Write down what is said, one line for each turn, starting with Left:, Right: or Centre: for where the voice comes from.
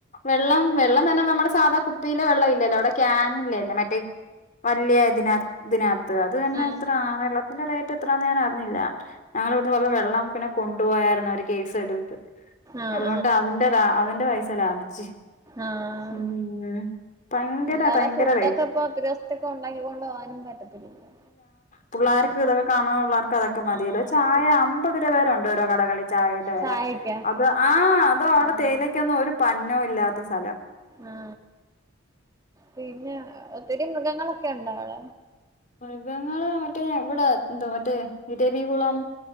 Left: വെള്ളം വെള്ളം തന്നെ നമ്മുടെ സാധാ കുപ്പി ല് വെള്ളം ഇല്ലല്ലോ അവിടെ ക്യാനല്ലേല്ലേ മറ്റേ വലിയ ഇതിന ഇതിനകത്ത് അത് തന്നെ
Right: ആഹ്
Left: എത്രാ വെള്ളത്തിന്റെ റേറ്റ് എത്രാന്ന് ഞാൻ അർ ഞ്ഞില്ല ഞങ്ങളിവിടുന്ന് കുറച്ച് വെള്ളം പിന്നെ കൊണ്ടുപോയായിരുന്നു അവര് കേസെടുത്ത്
Right: ആഹ്
Left: അതുകൊണ്ട്
Right: ആഹ്
Left: അതിന്റെ ലാ അതിന്റെ പൈസ ലാഭിച്ച്
Right: ആഹ്
Left: ഉം ഭയങ്കര
Right: അല്ലാതെ
Left: ഭയങ്കര
Right: ഫൂഡൊക്കെ
Left: റേറ്റ്
Right: ഇപ്പൊ ഒത്തിരി ദിവസത്തേക്ക്‌ ഉണ്ടാക്കിക്കൊണ്ട് പോവാനും പറ്റത്തില്ലല്ലോ.
Left: പുള്ളോര്ക്ക്‌ ഇതൊക്കെ കാണാനുള്ള പ്പതൊക്കെ മതിയല്ലോ
Right: ആഹ് അതൊക്കെ
Left: ചായ അമ്പത് രൂപേടെ ഉണ്ട് ഓരോ കടകളിൽ ചായേന്റെ വെല
Right: ചായക്കാ
Left: അത് ആ അതൊ അവിടെ
Right: ആഹ്
Left: തേയിലേക്കൊന്നും ഒരു പന്നോ ഇല്ലാത്ത സ്ഥലം
Right: ആ പിന്നെ ഒത്തിരി മൃഗങ്ങളൊക്കെ ഉണ്ടോ അവടെ?
Left: മൃഗങ്ങള് മറ്റേ ഇവിടെ എന്തോ മറ്റേ ഇരവികുളം